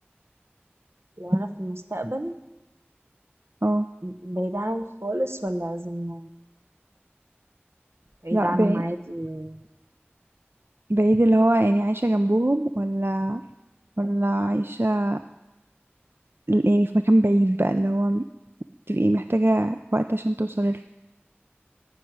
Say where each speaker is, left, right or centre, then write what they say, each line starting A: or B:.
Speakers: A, on the right; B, on the right.
A: لو انا في المستقبل
B: اه
A: بعيد عنهم خالص ولا لازم بعيد
B: لا
A: عنهم
B: بعيد
A: عادي
B: بعيد اللي هو يعني عايشة جنبهم ولا ولا عايشة يعني في مكان بعيد بقى اللي هو تبقي محتاجة وقت عشان توصلي له